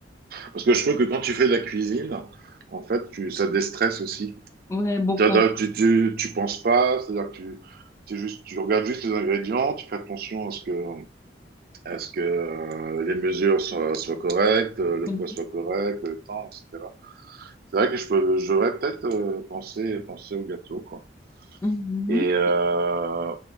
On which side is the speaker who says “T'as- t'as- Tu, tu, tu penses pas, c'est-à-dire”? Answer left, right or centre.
Right